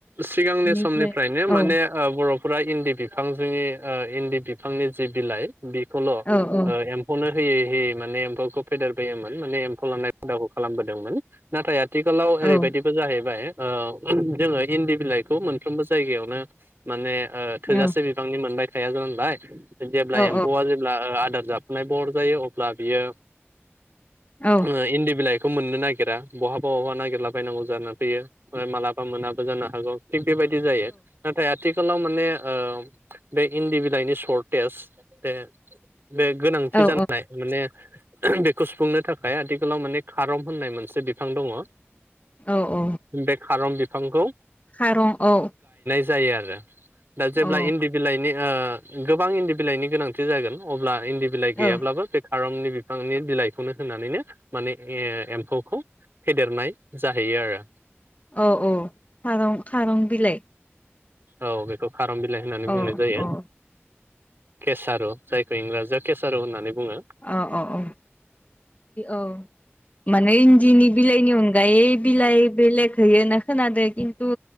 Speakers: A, on the right; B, on the left.
A: सिगांनि
B: बेनिफ्राय
A: समनिफ्रायनो माने
B: औ
A: ओ बर'फोरा इन्दि बिफां जोंनि इन्दि बिफांनि जि बिलाइ बेखौल' ओ
B: औ औ
A: एम्फौनो होयै होयै माने एम्फौखौ फेदेरबोयोमोन माने एम्फौ लानानाय हुदाखौ खालामबोदोंमोन नाथाय आथ थिखालाव <unintelligible>
B: औ
A: जाहैबाय ओ जोङो इन्दि बिलाइखौ मोनफ्रोबो जायगायावनो माने। ओ थोजासे
B: औ
A: बिबांनि मोनबाय साया जानबाय जेब्ला
B: औ
A: एम्फौआ जेब्ला ओ आदार जाब नाय बर जायो अब्ला बियो।
B: औ
A: उम इन्दि बिलाय खौ मोननो नागिरा बहाबा बहाबा नागिरला बायनांगौ जानानै फैयो ओमफ्राय मालाबा मोनाबो जानो हागौ। थिग बेबायदि जायो नाथाय आथि खालाव माने ओ बे इन्दि बिलाइनि सर्टेज बे बे गोनांथि
B: औ
A: जानाय माने बेखौ सुफुंनो थाखाय आथिखालाव माने खारं होननाय मोनसे बिफां दङ।
B: औ औ
A: बे खारं बि फांखौ
B: खारं औ।
A: जायो आरो दा जेब्ला
B: औ
A: इन्दि बिलाइनि। ओ गोबां इन्दि बिलाइनि गोनांथि जागोन अब्ला इन्दि बिलाइ गैयाब्लाबो
B: औ
A: बे खारंनि बिफांनि बिलाइखौनो होनानैनो माने ए-एम्फौखौ फेदेरनाय जाहैयो आरो।
B: औ औ खारं खारं बिलाइ
A: औ बेखौ। खारम बिलाइ होननानै बुंनाय
B: औ
A: जायो।
B: औ
A: केसार' जायखौ इंराजियाव केसार' होननानै। बुङो।
B: अ ओ औ औ औ माने इन्दिनि बिलाइनि अनगायै बिलाइ बेलेग होयो ना खोनादादों खिन्थु